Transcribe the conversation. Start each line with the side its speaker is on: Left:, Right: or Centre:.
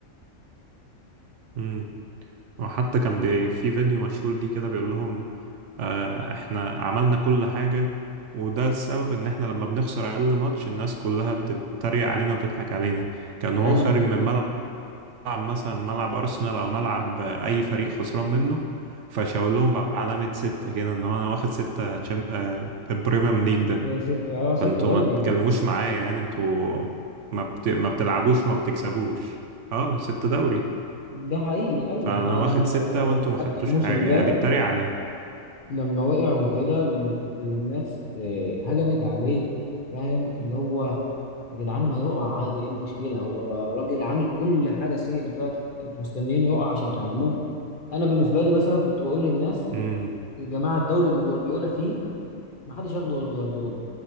Right: امم وحتى كان بي... في فيديو مشهور دي كده بيقول لهم آه، احنا عملنا كل حاجة وده السبب ان احنا لما بنخسر اقل ماتش الناس كلها بتتريق علينا وتضحك علينا كان
Left: ايوه
Right: هو خارج من الملعب ملعب مثلا ملعب ارسنال او ملعب اي فريق خسران منه فشاور لهم علامة ستة كده ان هو انا واخد ستة تشام... آه، البريميوم ليج
Left: ستة
Right: ده
Left: ستة اه ستة
Right: فانتوا
Left: دوري
Right: ما تتكلموش معايا يعني انتوا ما, بت... ما بتلعبوش وما بتكسبوش اه ستة دوري
Left: ده حقيقي ايوه
Right: فانا
Left: احنا لما
Right: واخد ستة وانتوا ما
Left: حتى
Right: خدتوش
Left: الموسم
Right: حاجة
Left: ده
Right: يعني بيتريق عليهم
Left: لما وقع وكده ال- الناس آه، هجمت عليه فاهم اللي هو يا جدعان ما يقع عادي ايه المشكلة هو الراجل عامل كل حاجة السنة اللي فاتت انتوا مستنيينه يقع عشان تهاجموه انا بالنسبه لي مثلا كنت بقول للناس
Right: امم
Left: يا جماعه الدوري اللي جوارديولا فيه ما حدش ياخده غير جوارديولا